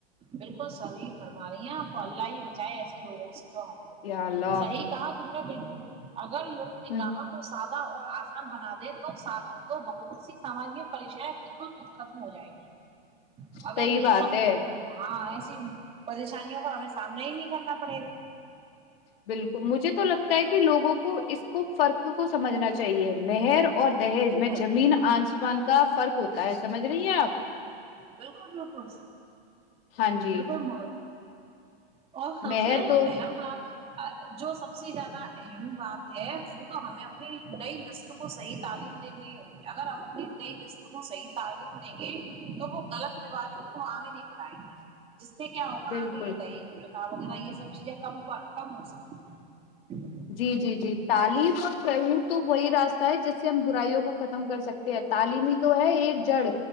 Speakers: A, on the right; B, on the left.
A: بالکل صحی فرما رہی ہیںپ تو اللہ ہی مچائے ایسے لوگوں سے تو ہم کو
B: یا اللہ
A: صحیح کہا تم نے بالکل اگر لوگ نکح
B: ہ
A: کو ساتھ اور آسان بنا دے تو تو بہت سی ساماج میں پریشائیں خود ب خود ختم ہو جائیں گی اگر
B: صحیح
A: یہ
B: بات
A: سب
B: ہے
A: ختم ہاں ایس پریشانیوں کا ہمیں سامنا ہی نہیں کرنا پڑے گا
B: بالکل مجھے تو لگتا ہے کہ لوگوں کو اس کو فرق کو سمجھنا چاہیے مہر اور دہیج
A: بالکل
B: میں زمین آنسمان کا فرق ہوتا ہے سمجھ نہیںی ہیں آپ
A: بالکل بالکل
B: ہاں جی
A: بالکل مت اور سبفیا
B: مہر
A: جو
B: تو
A: اہم بات جو سب سے زیادہ اہم بات ہے وہ تو ہمیں اپنی نئی نسلوں کو کو صحیح تعلیم دینی ہوگی اگر ہم اپنی نئی نسل کو صحیح تعلیم دیں گے تو وہ غلط رواجوں کو آگے نہیں بڑھائیں گی جس سے کیا ہوگا
B: بالکل
A: آن گے یہ دہیج وغیرہ یہ سب چیزیں کم کم ہو سکتی ہیں
B: جی جی جی تعلیم اور رور تو وہی راستہ ہے جس سے ہم برائیوں کو ختم کر سکتے ہیں تعلیمی ہی تو ہے ایک جڑ